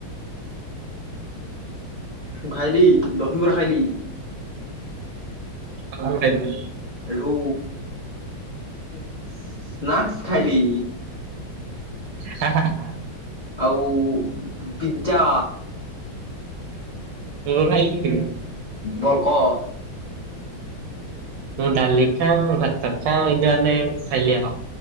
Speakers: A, on the left; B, on the right.
A: ମୁଁ ଖାଇଲି ଦହିବରା ଖାଇଲି।
B: <unintelligible>
A: ରୁ ସ୍ନାକ୍ସ ଖାଇଲି।
B: ହା ହା।
A: ଆଉ ପିଜ୍ଜା।
B: ତୁ କଣ ଖାଇଥିଲୁ।
A: ବକହ।
B: ମୁଁ ଡାଲି ଖା ଭାତ ଖାାଉ ଏଇଦୁଆେ ଖାଇଲି ଆଉ।